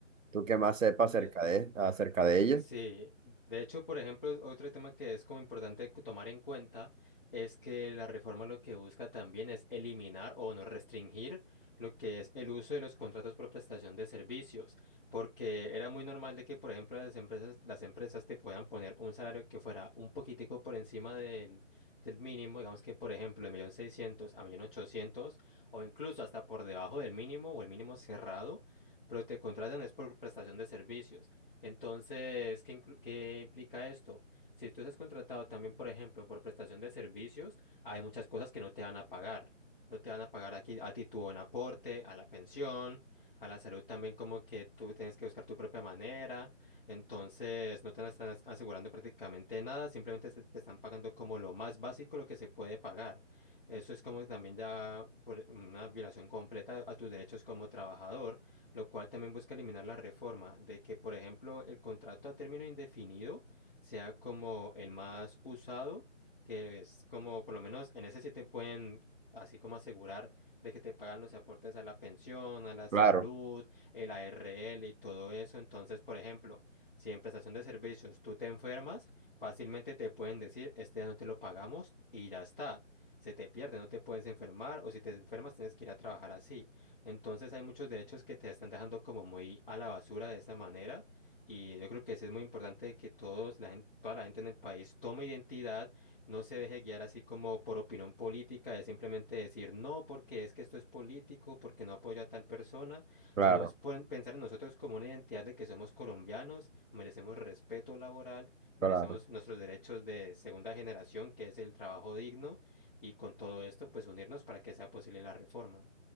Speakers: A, on the right; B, on the left.
A: tú qué más sepas
B: De-
A: acerca de, acerca de ella.
B: Sí, de hecho, por ejemplo, otro tema que es como importante cu- tomar en cuenta es que la reforma lo que busca también es eliminar o no restringir lo que es el uso de los contratos por prestación de servicios, porque era muy normal de que, por ejemplo, las empresas, las empresas te puedan poner un salario que fuera un poquitico por encima del, del mínimo, digamos que, por ejemplo, de un millón seiscientos a un millón ochocientos, o incluso hasta por debajo del mínimo o el mínimo cerrado, pero te contratan es por prestación de servicios. Entonces, ¿qué, inclu- qué implica esto? Si tú estás contratado también, por ejemplo, por prestación de servicios, hay muchas cosas que no te van a pagar. No te van a pagar aquí a ti tu buen aporte, a la pensión, a la salud también como que tú tienes que buscar tu propia manera. Entonces, no te están as- asegurando prácticamente nada, simplemente se- te están pagando como lo más básico, lo que se puede pagar. Eso es como también ya por una violación completa a tus derechos como trabajador lo cual también busca eliminar la reforma de que, por ejemplo, el contrato a término indefinido sea como el más usado, que es como, por lo menos en ese sí te pueden... así como asegurar de que te pagan los aportes a la pensión, a la
A: Claro,
B: salud, el ARL y todo eso. Entonces, por ejemplo, si en prestación de servicios tú te enfermas, fácilmente te pueden decir, este ya no te lo pagamos y ya está. Se te pierde, no te puedes enfermar o si te enfermas tienes que ir a trabajar así. Entonces hay muchos derechos que te están dejando como muy a la basura de esa manera y yo creo que sí es muy importante que todos la gente, toda la gente en el país tome identidad, no se deje guiar así como por opinión política de simplemente decir no porque es que esto es político, porque no apoya a tal persona,
A: claro,
B: sino es pon- pensar en nosotros como una identidad de que somos colombianos, merecemos respeto laboral, merecemos
A: claro.
B: nuestros derechos de segunda generación, que es el trabajo digno y con todo esto pues unirnos para que sea posible la reforma.